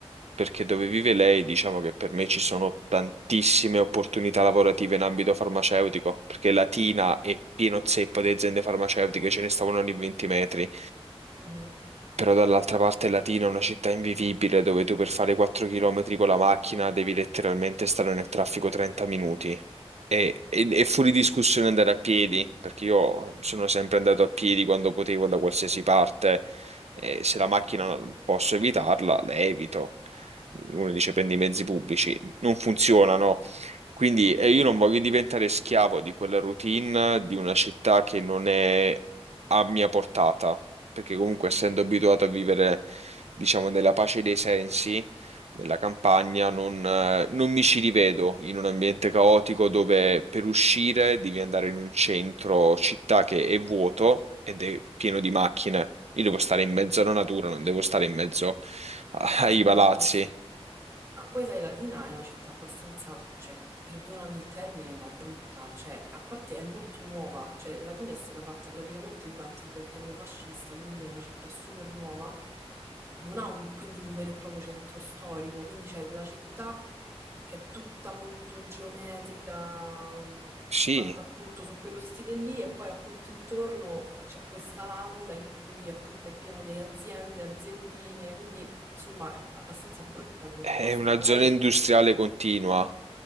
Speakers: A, on the right; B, on the right.
A: perché dove vive lei, diciamo che per me ci sono tantissime opportunità lavorative in ambito farmaceutico, perché Latina è pieno zeppo di aziende farmaceutiche, ce ne stavano ogni 20 metri.
B: Mhm.
A: Però dall'altra parte Latina è una città invivibile dove tu per fare 4 km con la macchina devi letteralmente stare nel traffico 30 minuti. E, e- è fuori discussione andare a piedi, perché io sono sempre andato a piedi quando potevo da qualsiasi parte. E se la macchina non- posso evitarla, la evito. Uno dice prendi i mezzi pubblici, non funzionano. Quindi eh, io non voglio diventare schiavo di quella routine di una città che non è a mia portata, perché comunque essendo abituato a vivere, diciamo, nella pace dei sensi nella campagna, non, eh, non mi ci rivedo in un ambiente caotico dove per uscire devi andare in un centro città che è vuoto ed è pieno di macchine. Io devo stare in mezzo alla natura, non devo stare in mezzo a-
B: mi
A: ai
B: sembra
A: palazzi.
B: giusto. Ma poi sai, Latina è una città abbastanza, cioè, perdonami il termine, ma brutta, cioè, a parte è molto nuova, cioè, Latina è stata fatta praticamente durante il ventennio fascista, quindi è una città super nuova non ha un- quindi un vero e proprio centro storico, quindi c'è la città che è tutta molto geometrica, mh,
A: Sì,
B: fatta appunto su quello stile lì, e poi appunto intorno c'è questa landa in cui appunto è pieno di aziende, aziendine, quindi insomma è abbastanza brutta come
A: è
B: posto,
A: una
B: magari
A: zona industriale continua